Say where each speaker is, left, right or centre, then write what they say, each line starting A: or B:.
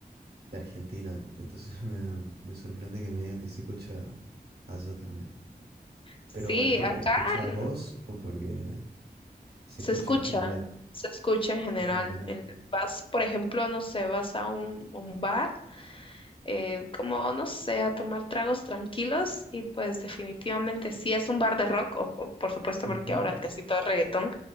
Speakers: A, on the right; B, on the left.
A: de Argentina, entonces <laughs> me, da- me sorprende que me diga que se escucha allá también.
B: Sí,
A: Pero ¿es porque
B: acá
A: lo escuchabas
B: en-
A: vos o porque se
B: se
A: escucha
B: escucha,
A: en general?
B: se escucha en general.
A: Ah, mira.
B: En- vas, por ejemplo, no sé, vas a un, un bar. eh, como, no sé, a tomar tragos tranquilos y pues definitivamente si es un bar de rock, o, o, por supuesto
A: Ujú.
B: porque ahora casi todo es reggaetón,